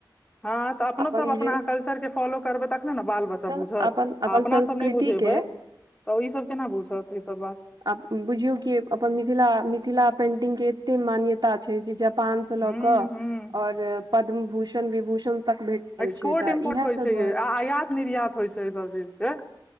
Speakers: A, on the left; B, on the right.
A: हँ तऽ अपनोसभ
B: अपन
A: अपनााँ
B: जे
A: कल्चरके फॉलो करबै तखने ने बाल बच्चा
B: तऽ
A: बुझत
B: अपन
A: आ
B: अपन
A: अपना
B: संस्कृति
A: सब नहि बुझेबै
B: के
A: तऽ ई सब केना बुझत ई सब बात
B: आ बुझियौ कि अपन मिथिला मिथिला पेन्टिंगके एतेक मान्यता छै जे जब पान से
A: हूं
B: ल के
A: हूं
B: और पद्म भूषण विभूषण तक भेटल
A: एक्पोर्टम्पोर्ट
B: छै तऽ इएह
A: होई
B: सब
A: छै
B: दुआरे
A: आयात निर्यात होय छै से सब चीज के